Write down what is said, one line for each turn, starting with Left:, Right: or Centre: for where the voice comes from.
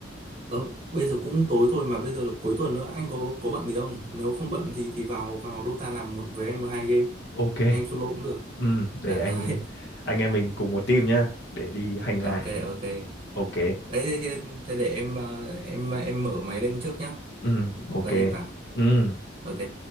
Right: Ờ, bây giờ cũng tối thôi mà bây giờ là cuối tuần nữa anh có có bận gì không? Nếu không bận thì thì vào vào Dota làm một với em một hai game,
Left: Ok,
Right: em solo cũng được.
Left: ừm, để
Right: Đã
Left: anh
Right: rồi. <laughs>
Left: anh em mình cùng một team nhá, để đi hành gà.
Right: Ok ok.
Left: Ok,
Right: Đấy thế, thế thế để em ờ, em em mở máy lên trước nhá.
Left: ừm, ok,
Right: Rồi anh em vào.
Left: ừm,
Right: Ok.